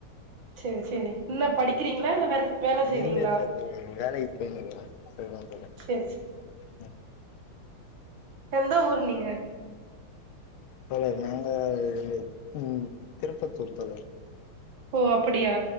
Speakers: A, on the right; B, on the left.
A: சரி சரி இன்னு படிக்கிறீங்களா இல்ல வேற வேல செய்றீங்களா
B: இல்ல இல்ல தோழர் வேலைக்கு போயினுருக்கேன் <unintelligible>
A: சேரி சேரி எந்த ஊரு நீங்க
B: தோழி நாங்க உம் திருப்பத்தூர் தோழர்
A: ஓ அப்படியா